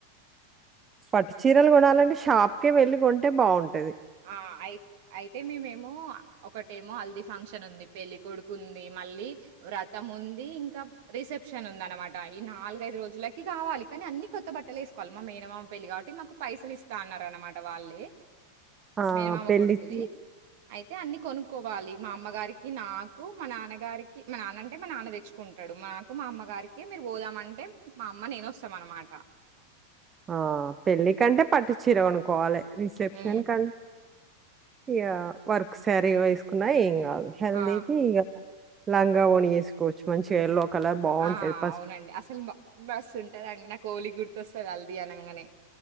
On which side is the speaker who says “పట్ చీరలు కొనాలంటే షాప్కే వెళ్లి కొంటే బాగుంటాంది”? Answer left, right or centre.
Right